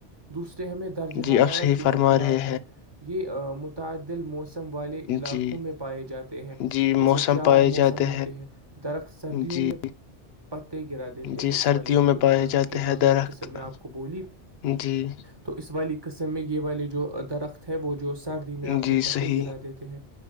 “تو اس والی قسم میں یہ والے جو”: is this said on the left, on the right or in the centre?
Right